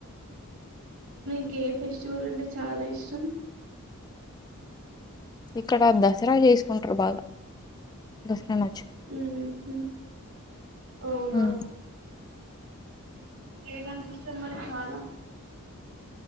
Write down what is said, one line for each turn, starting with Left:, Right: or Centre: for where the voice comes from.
Right: నీకు ఎ ఫెస్టివల్ అంటే చాలా ఇష్టం
Left: ఇక్కడ దసరా చేసుకుంటరు బాగ దసరా న
Right: మ్మ్ హ్మ్ అవునా
Left: మ్మ్
Right: ఏదంటే ఇష్టం మరి చాలా